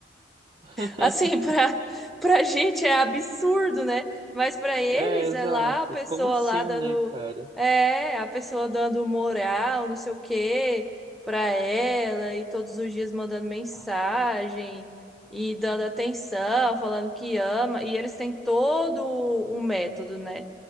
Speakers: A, on the right (about 25°); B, in the centre.
A: <laughs>
B: Assim, <laughs> pra, pra gente é absurdo, né? Mas pra eles
A: É, exato.
B: é lá a pessoa
A: Como assim,
B: lá dando.
A: né, cara?
B: É, a pessoa dando moral, não sei o quê, pra ela, e todos os dias mandando mensagem e dando atenção, falando que ama. E eles têm todo um método, né?